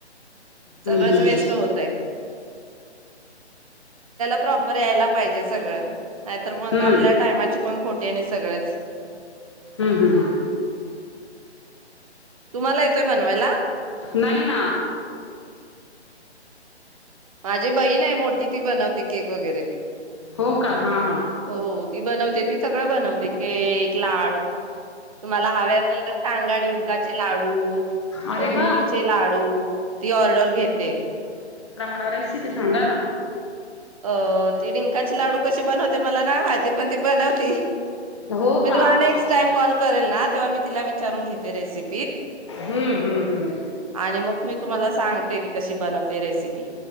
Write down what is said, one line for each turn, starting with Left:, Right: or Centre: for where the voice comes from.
Right: सगळच
Left: हं हं.
Right: वेस्ट होतय प्रॉपर यायला पाहिजे सगळं नाही तर मग
Left: हं.
Right: आपल्या टायमाची पण खोटी आहे आणि सगळेच
Left: हम्म हम् हम्
Right: तुम्हाला येतोय बनवायला
Left: नाहीना
Right: माझी बहीण आहे मोठी ती बनवते केक वगैरे
Left: हो का? हां हां.
Right: हो ती बनवते ती सगळं बनवते केक लाडू तुम्हाला हवे असेल तर सांगाडिंकाचे लाडू
Left: अरे
Right: बुंदीचे
Left: वा!
Right: लाडू ती ऑर्डर घेते
Left: रेी बसांडा ना
Right: अ तिडींग च लाडू कशी बनवते मला नाही माहिती पण ती बनवती
Left: हो
Right: मी
Left: का?
Right: तुम्हाला
Left: अच्छा.
Right: नेक्स्ट टाइम कॉल करेल ना तेव्हा म तिला विचारून घेते रेसिपी
Left: हं हं हं.
Right: आणि म मी तुम्हाला सांगते ती कशी बनवते रेसिपी